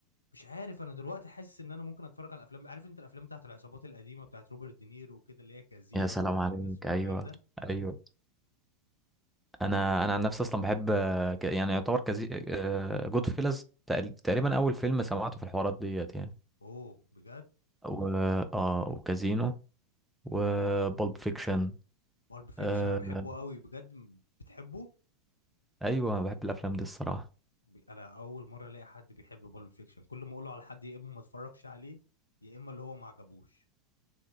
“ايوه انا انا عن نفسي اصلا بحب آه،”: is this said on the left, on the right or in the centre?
Centre